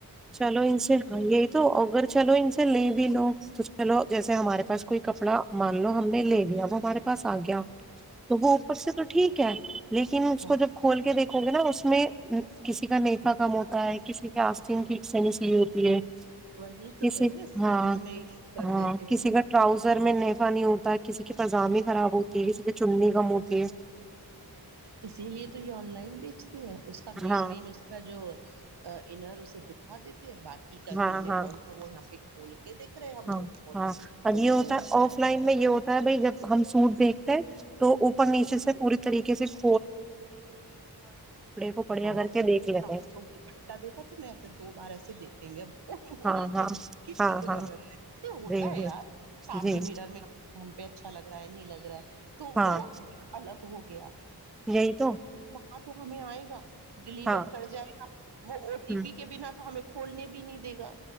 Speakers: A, in the centre; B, on the right.
A: چلو ان سے ہاں یہی تو اگر چلو ان سے ل بھی لو چلو جیسے ہمارے پاس کوئی کپڑا مان لو ہم نے لے لیا وہ ہمارے پاس آ گیا تو وہ اوپر سے تو ٹھیک ہے لیکن اس
B: ہاں
A: کو جب کھول کے دیکھ کھول نا اس میں کسی کا نہیں کم ہوتا ہے کسی کے نگ کی شنی س لی ہوتی ہے
B: وہی تو
A: کسی
B: کہہ رہے ہیں سائز
A: ہاں
B: میں ایشو کر
A: ہاں
B: دیتے
A: کسی
B: ہیں
A: کا ٹراؤزر میں نفا نہیں ہوتا کسی کی پضامی خراب ہوتی ہے کسی کی چننی کم ہوتی ہے
B: اسی لیے تو یہ آن لائن بیچ اس کا
A: ہے
B: مین
A: ہاں
B: مین اس کا جو انر اسے دکھا دیتا باقی کا
A: ہاں
B: کی
A: ہاں
B: کون وہ یہاں پہ کھول کے دیکھ رہے ہیں ہم
A: ہاں
B: لوگ کھول
A: ہاں اب
B: تو
A: یہ
B: وہ
A: ہوتا
B: بھی
A: ہے
B: فائدہ
A: آف لائن
B: اٹھاتے
A: میں یہ ہوتا
B: ہیں۔
A: ہے بھائی جب ہم سوٹ دیکھتے ہیں تو اوپر نیچے سے پوری طریقے ھیک سر کو بڑھیا
B: اورا
A: کر کے دیکھ لیتے ہیں
B: دیکھا تم نے ایسے دو بار ایسے دیکھیں گے یںے
A: ہاں ہاں
B: کہ
A: ہاں
B: ٹھیک
A: ہاں
B: لگ رہا ہے ہوتا
A: جی
B: ہے
A: جی
B: یار سامنے
A: جی
B: میرر میں ہم پہ اچھا لگ رہا ہے نہیں لگ رہا اگر تو
A: ہاں
B: وہ الگ ہو گیا
A: یہی تو
B: ہاں تو ہمیں آئے گا ڈیلیور
A: ہاں
B: کر جائے گا وہ او ٹی
A: ہوں
B: پی کے بنا تو ہمیں کھولنے بھی نہیں دے گا